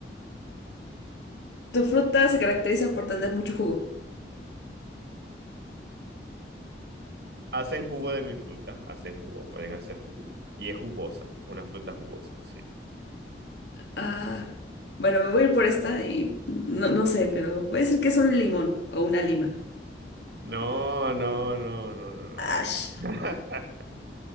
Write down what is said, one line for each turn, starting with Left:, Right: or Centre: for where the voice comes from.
Left: Tu fruta se caracteriza por tener mucho jugo.
Right: Hacen jugo de mi fruta, hacen jugo, pueden hacer jugo. Y es jugosa, es una fruta jugosa, sí.
Left: Ah, bueno, me voy a ir por esta y no, no sé, pero voy a decir que es un limón o una lima.
Right: No, no, no, no, no.
Left: Ash.
Right: no. <laughs>